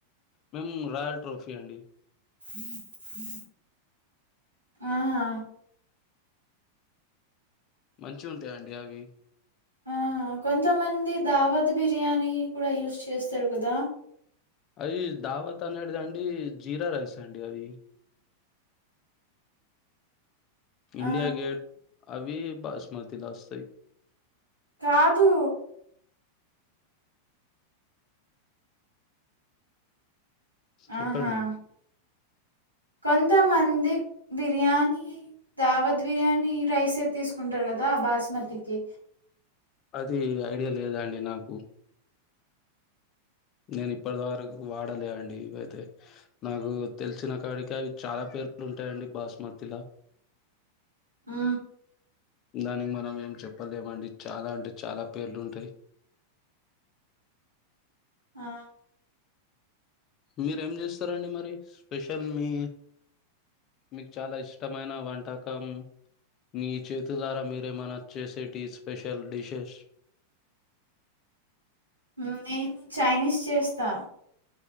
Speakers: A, on the left; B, on the right.
A: మేం రాయల్ ట్రోఫీ అండి
B: ఉ ఉ ఆహా
A: మంచిగుంటాయండి అవి
B: ఆహా కొంతమంది దావద్ బిర్యానీ కూడా యూస్ చేస్తారు కదా
A: అవి దావత్ ఆనేటిదండి జీరా రైస్ అండి అవి
B: ఆ!
A: ఇండియా గేట్ అవి బాస్మృతిలా ఆస్తాయి
B: కాదు
A: స్ చెప్పండి
B: ఆహా! కొంతమంది బిర్యానీ దావత్ బిర్యానీ రైస్ ఎత్ తీసుకుంటారు కదా బాస్మతికి
A: అది ఐడియా లేదాండి నాకు నేను ఇప్పటి వరకు వాడలే అండి ఇవైతే నాకు తెలిసిన కాడికి అవి చాలా పేర్లు ఉంటాయండి బాస్మతి లా
B: ఉ
A: దానికి మనం ఏం చెప్పలేమండి చాలా అంటే చాలా పేర్లు ఉంటాయి
B: ఆ
A: మీరేం చేస్తారండి మరి స్పెషల్ మీ మీకు చాలా ఇష్టమైన వంటకం మీ చేతుల ద్వారా మీరేమైనా చేసేటి స్పెషల్ డిషెస్
B: నేను చైనీస్ చేస్తా